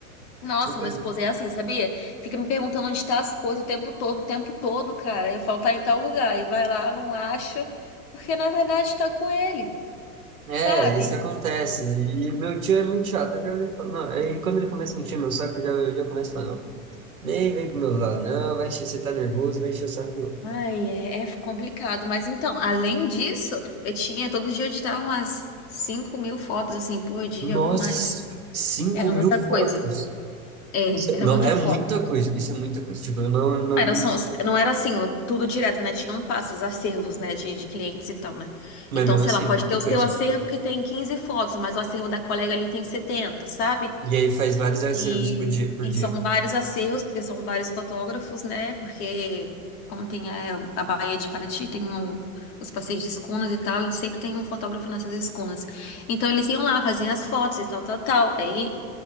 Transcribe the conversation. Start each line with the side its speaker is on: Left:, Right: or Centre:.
Left: Nossa,
Right: <laughs>
Left: meu esposo é assim, sabia? Fica me perguntando onde tá as coisas o tempo todo, o tempo todo, cara. Eu falo, tá em tal lugar. E vai lá, não acha, porque na verdade tá com ele,
Right: É,
Left: sabe?
Right: isso acontece. E meu tio é muito chato. Eu já vi, falo, não. E quando ele começa a encher meu saco, eu já, eu já começo a falar, não. Nem vem pro meu lado, não. Vai encher, você tá nervoso, vai encher o saco de outro.
Left: Ai, é, é complicado. Mas então, além disso, eu tinha, todo dia eu editava umas cinco mil fotos, assim, por dia
Right: Nossa,
Left: ou mais.
Right: c- 5
Left: Era
Right: mil
Left: muita coisa.
Right: fotos?
Left: É,
Right: Cê-
Left: era
Right: Não,
Left: muita
Right: é
Left: foto.
Right: muita coisa. Isso é muita coisa. Tipo, eu não, não-
Left: Era
Right: não-
Left: só- não era assim, tudo direto, né? Tinham passos, acervos, né, de, de clientes e tal, né?
Right: Mas
Left: Então,
Right: mesmo
Left: sei
Right: assim,
Left: lá, pode
Right: é muita
Left: ter o
Right: coisa.
Left: seu acervo que tem 15 fotos, mas o acervo da colega ali tem setenta sabe?
Right: E aí faz vários acervos
Left: E,
Right: por dia, por
Left: e
Right: dia.
Left: são vários acervos, porque são vários fotógrafos, né? Porque, como tem a, a Baía de Paraty, tem o- os passeios de escunas e tal, e sempre tem um fotógrafo nessas escunas. Então, eles iam lá, faziam as fotos e tal, tal, tal. Aí